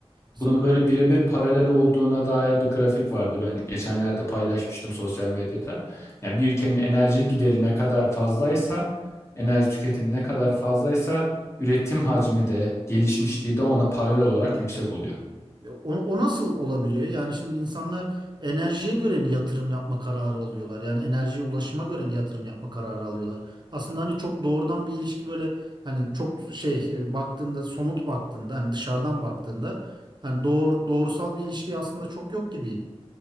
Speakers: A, on the right; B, on the left.
A: Sanırım
B: Bunun böyle birebir paralel olduğuna dair bir grafik vardı. Ben geçenlerde paylaşmıştım sosyal medyada. Yani bir ülkenin enerji gideri ne kadar fazlaysa, enerji tüketimi ne kadar fazlaysa üretim hacmi de, gelişmişliği de ona paralel olarak yüksek oluyor.
A: E, O, o nasıl olabiliyor? Yani şimdi insanlar enerjiye göre mi yatırım yapma kararı oluyorlar? Yani enerjiye ulaşıma göre mi yatırım yapma kararı alıyorlar? Aslında hani çok doğrudan bir ilişki böyle hani çok şey e, baktığında somut baktığında hani dışarıdan baktığında hani doğru, doğrusal bir ilişki aslında çok yok gibi.